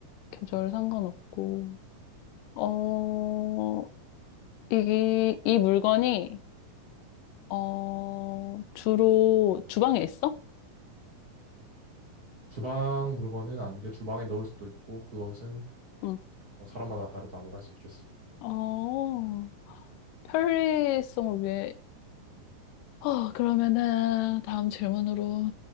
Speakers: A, on the left; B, on the right.
A: 계절 상관없고, 어, 이, 이 물건이, 어, 주로 주방에 있어?
B: 주방 물건은 아닌데 주방에 넣을 수도 있고 그것은
A: 응.
B: 뭐 사람마다 다르다고 할 수 있겠어.
A: 어, 편리성을 위해. 어, 그러면은 다음 질문으로.